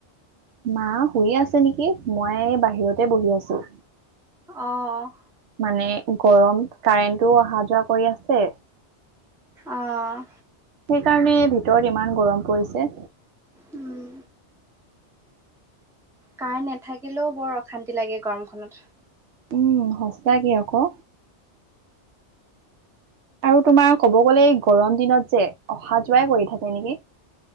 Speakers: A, on the right; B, in the centre.
A: মা শুয়ে আছে নিকি, মই বাহিৰতে বহি আছোঁ।
B: অ'।
A: মানে গৰম। কাৰেণ্টটো অহা যোৱা কৰি আছে
B: আহ'।
A: সেই কাৰণে ভিতৰত ইমান গৰম পৰিছে।
B: উম কাৰেণ্ট নাথাকিলেও বৰ অশান্তি লাগে গৰমখনত।
A: উম। সঁচাকে আকৌ। আৰু তোমাৰ ক'ব গ'লে এই গৰম দিনত যে অহা-যোৱাই কৰি থাকে নেকি।